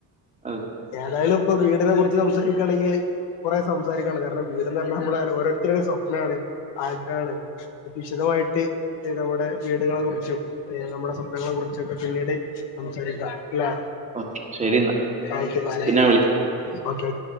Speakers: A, on the right; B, on the left.
A: അതെ
B: ഏതായാലും ഇപ്പൊ വീടിനെ കുറിച്ച് സംസാരിക്കാണെങ്കില് കുറേ സംസാരിക്കാണ്ട് കാരണം വീട്ന്ന് റഞ്ഞാൽ നമ്മളെ ഓരോരുത്തരുടെ സ്വപ്നാണ് ആഗ്രഹാണ്. വിശദമായിട്ട് നമ്മുടെ വീടുകളെ കുറിച്ചും നമ്മുടെ സ്വപ്നങ്ങളെ കുറിച്ചും ഒക്കെ പിന്നീട് സംസാരിക്കാം ല്ലേ
A: ഓക്കെ ശരി എന്നാ
B: ആഹ് ശരി ശരി.
A: പിന്നെ വിളി
B: ഓക്കെ.